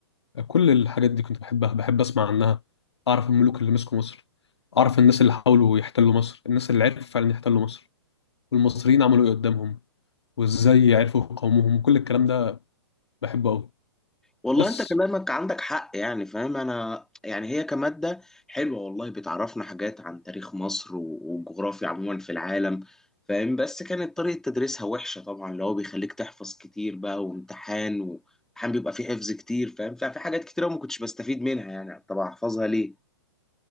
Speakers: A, on the left; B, in the centre.
A: كل الحاجات دي كنت بحبها بحب اسمع عنها اعرف الملوك اللي مسكوا مصر اعرف الناس اللي حاولوا يحتلوا مصر الناس اللي عرفوا فعلا يحتلوا مصر والمصريين عملوا ايه قدامهم وازاي عرفوا يقاوموهم كل الكلام ده بحبه قوي
B: والله
A: بس
B: انت كلامك عندك حق يعني فاهم انا يعني هي كمادة حلوة والله بتعرفنا حاجات عن تاريخ مصر و- والجغرافيا عموما في العالم فاهم بس كانت طريقة تدريسها وحشة طبعا اللي هو بيخليك تحفظ كتير بقى وامتحان وامتحان بيبقى فيه حفظ كتير فاهم ففي حاجات كتير أوي ما كنتش بستفيد منها يعني طب احفظها ليه